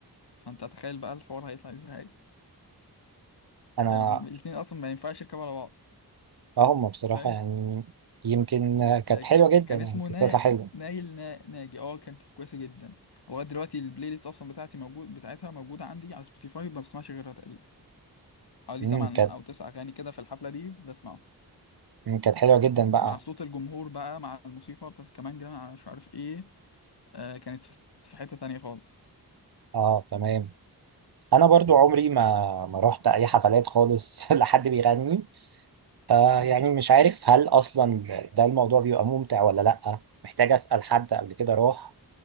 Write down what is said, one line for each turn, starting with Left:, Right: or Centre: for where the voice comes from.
Left: فانت تخيل بقى الحوار هيطلع ازاي
Right: انا
Left: آه الاتنين اصلا ما ينفعش يركبوا على
Right: اه هم بصراحه
Left: بعض
Right: يعني يمكن آه، كانت
Left: آه، ك-
Right: حلوه جدا
Left: كان
Right: يعني
Left: اسمه
Right: كانت
Left: نا...
Right: بتطلع حلوه
Left: نايل نا... ناجي اه كانت كويسه جدا لغايه دلوقتي البلاي ليست اصلا بتاعتي موجود بتاعتها موجوده عندي على سبوتيفاي ما بسمعش غيرها تقريبا حوالي
Right: مم،
Left: 8
Right: كانت
Left: او 9 اغاني كده في الحفله دي بسمعه
Right: مم، كانت حلوة جدا بقى
Left: مع صوت الجمهور بقى مع الموسيقى بتاعت الكمانجة مع مش عارف ايه آه كانت في في حته تانية خالص
Right: اه تمام انا برضو عمري ما ما رحت اي حفلات خالص <laughs> لحد بيغني آه
Left: مم.
Right: يعني مش عارف هل اصلا ده الموضوع بيبقى ممتع ولا لا محتاج اسأل حد قبل كده راح